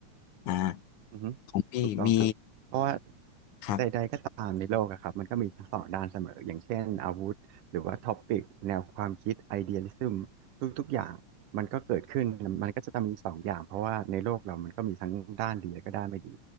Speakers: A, on the left; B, on the right.
A: อ่า
B: อืมฮึ
A: ของพี่มี
B: ถูกต้องครับเพราะว่า
A: ครับ
B: ใดๆก็ตามในโลกอะครับมันก็มีทั้งสองด้านเสมออย่างเช่นอาวุธหรือว่าท็อปิกแนวความคิดไอเดียลิซึมทุกๆอย่างมันก็เกิดขึ้นมันก็จะต้องมีสองอย่างเพราะว่าในโลกเรามันก็มีทั้งด้านดีและก็ด้านไม่ดี